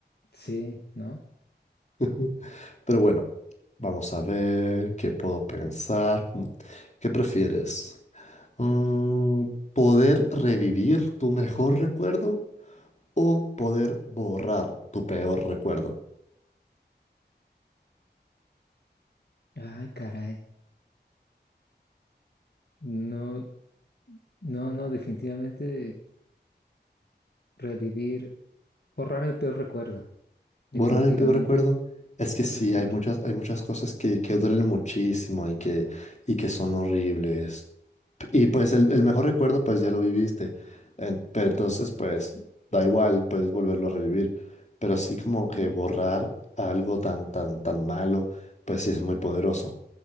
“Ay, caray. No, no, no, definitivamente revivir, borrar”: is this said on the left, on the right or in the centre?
Left